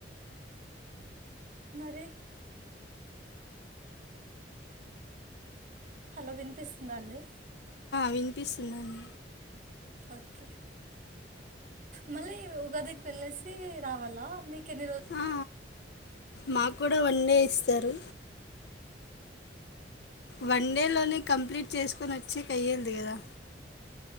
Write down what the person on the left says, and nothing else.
వినిపిస్తున్నాను
ఆ, మాకు కూడా వన్డే ఇస్తారు వన్ డే లోనే కంప్లీట్ చేసుకుని వచ్చేక అయ్యేది కదా